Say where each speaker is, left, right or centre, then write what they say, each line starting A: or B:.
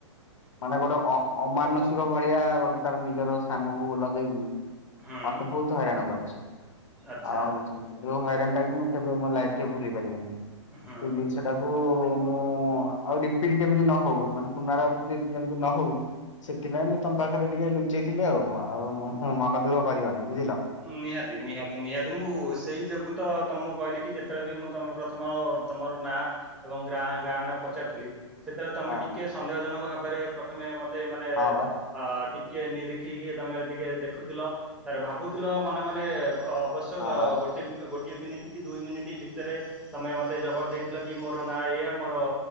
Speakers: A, on the left; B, in the centre.
A: ମାନେ ଗୋଟେ ଅମାନସିକ ଭଳିଆ ଗୋଟେ ତାର ନିଜର ସାଙ୍ଗକୁ ଲଗେଇକି
B: ହୁଁ
A: ମତେ ବହୁତ ହଇରାଣ କରିଛି
B: ଆଚ୍ଛା
A: ଆଉଛି। ଯୋଉ ହଇରାଣଟା କି ମୁଁ କେବେ ମୋ ଲାଇଫରେ ଭୁଲି ପାରିବ ନାହିଁ।
B: <inaudible>
A: ସେ ଜିନିଷଟାକୁ ମୁଁ ଆଉ ରିପିଟ କେମତି ନହଉ ମାନେ ପୁନରାବୃତ୍ତି ଯେମିତି ନହଉ। ସେଥିପାଇଁ ମୁଁ ତମ ପାଖରେ ଟିକେ ଲୁଚେଇଥିଲି ଆଉ ଆଉ ମନଦୁଃଖ କରିବନି ବୁଝିଲ।
B: ନିହାତି ନିହାତି ନିହାତି ମୁଁ ସେଇ ଯୋଗୁ ତ ତମକୁ କହିଲି କି ଯେତେବେଳେ ବି ମୁଁ ତମ ପ୍ରଥମ ତମର ନାଁ ଏବଂ ଗ୍ରା ଗାଁ ନା ପଚାରିଥିଲି ସେତେବେଳେ ତମେ
A: ହଁ
B: ଟିକେ ସନ୍ଦେହ ଜନକ ଭାବରେ ପ୍ରଥମେ ମତେ ମାନେ
A: ହଁ ବା
B: ଅ ଟିକେ ନିରିଖିକି ତମେ ଟିକେ ଦେଖୁଥିଲ, ତାରେ ଭାବୁଥିଲ ମନେ ମନେ ଅବଶ୍ୟ
A: ହଁ
B: ଗ
A: ବା
B: ଗୋଟେ ଗୋଟିଏ ମିନିଟ୍ କି ଦୁଇ ମିନିଟ୍ ଭିତରେ ତମେ ମତେ ଜବାବ ଦେଇଥିଲ କି ମୋର ନାଁ ଏଇଆ ମୋର